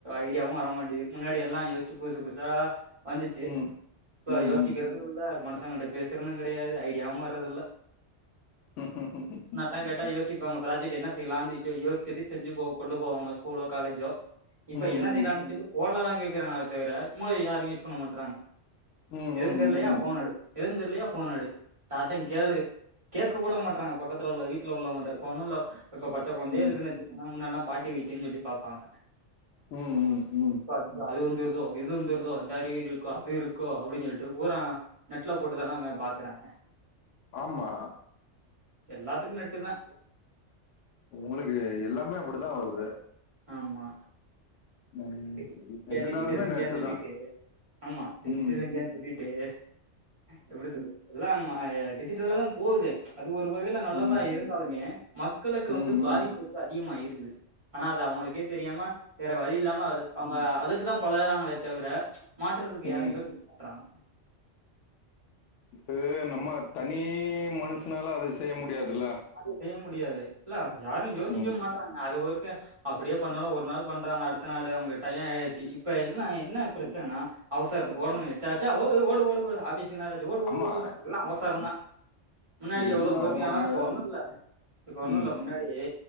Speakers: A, on the right; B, on the left.
A: ஐடியாவு வர மாட்டிது முன்னாடி எல்லா யோச்சு புதுசு புதுசா வந்துச்சு
B: ம்
A: இப்போ
B: ம் ம்
A: யோசிக்கிறது இல்ல மனுசங்கிட்ட பேசுறது கிடையாது ஐடியாவு வர்றதில்ல
B: ம் ம்
A: எல்லா கரட்டா யோசிப்பாங்க ப்ராஜெக்ட் என்ன செய்லான்டு அய்யயோ திடீர்னு செஞ்சு போவோ கொண்டு போவாங்க ஸ்கூலோ காலேஜோ இப்ப
B: ம்
A: எனன செய்லான்டு
B: ம்
A: போன்லதா கேக்குறாங்கள தவிர முளைய யாரும் யூஸ் பண்ண மாட்டறாங்க
B: ம்
A: எதும்
B: ம்
A: தெரிலயா போன்ன எடு எதும் தெரிலயா போன்ன எடு யார்ட்ட கேளு கேக்க கூட மாட்டறாங்க பக்கத்துல உள்ள வீட்டுல உள்ளவங்கிட்ட இப்ப ஒண்ணுல்ல இப்ப பச்சக்குழந்தையே
B: ம்
A: இருக்குதுன்னு
B: ம்
A: வைச்சிக்கோங்கள முன்னாடில்லா பாட்டி வைத்தியம்ன்னு சொல்லி பார்ப்பாங்க
B: ம் ம் ம்
A: அய்யோ அது வந்துருதோ இது வந்துருதோ இந்த அறிகுறி இருக்கோ அது இருக்கோ அப்டின்னு சொல்லிட்டு பூரா நெட்ல போட்டு தானங்க போட்டு பாக்குறாங்க
B: ஆமா
A: எல்லாத்துக்கு நெட்டு தா
B: உங்களுக்கு எல்லாமே அப்டிதா வருது
A: ஆமா
B: ம்,
A: இந்தியா
B: எதுனாலுமே
A: டிஜிட்டல் இந்தியான்னு
B: நெட்டு
A: சொல்லிட்டு
B: தா
A: ஆமா டிஜிட்டல்
B: ம்
A: இந்தியான்னு சொல்லிட்டு எப்டி சொல்லுறது ம் எல்லா டிஜிட்டல்ல தா போது அது ஒரு வகையில நல்லதா
B: ம்
A: இருந்தாலுமே மக்களுக்கு
B: ம்
A: வந்து
B: ம்
A: பாதிப்புக்கு
B: ம்
A: அதிகமா இருக்குது ஆனா அது அவங்களுக்கே தெரியாம வேற வழி இல்லாம அது அவங்க அதுக்கு தா பழகறாங்களே தவிர மாற்றுறதுக்கு
B: ம்
A: யாரு யோசிக்க மாட்டுறாங்க
B: இது நம்ம தனி மனுசன்னால அது செய்ய முடியாதுல்ல
A: அது செய்ய முடியாது இல்ல யாரு யோசிக்கவே
B: ம்
A: மாட்டறாங்க அது ஒருக்க அப்டியே பண்ணாலு ஒரு நாள் பண்றாங்க அடுத்த நாள் அவங்களுக்கு டைய ஆயிடுச்சு இப் இப்ப என்ன என்ன பிரச்சனன்னா அவசரத்துக்கு ஒடன்னு எட்டாச்சா ஓ ஓஓ ஓடு ஓடு ஆஃபீஸ் <unintelligible> ஓடு ஓடு
B: ஆமா
A: ஓடு எல்லாம் அவசரம் தான் முன்னாடி
B: எல்லா
A: எவ்வளோ பொறுமையா
B: உங்களுக்கு
A: ஒன்னு இல்லை இப்ப ஒன்னு
B: ம்
A: இல்லை முன்னாடி